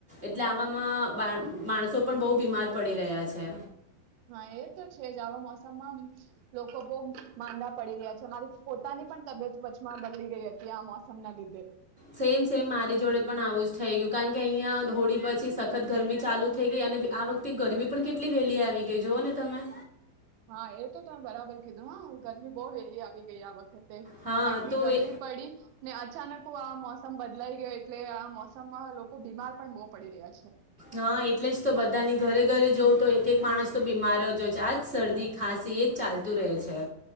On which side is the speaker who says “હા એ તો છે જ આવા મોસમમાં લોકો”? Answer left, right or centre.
Right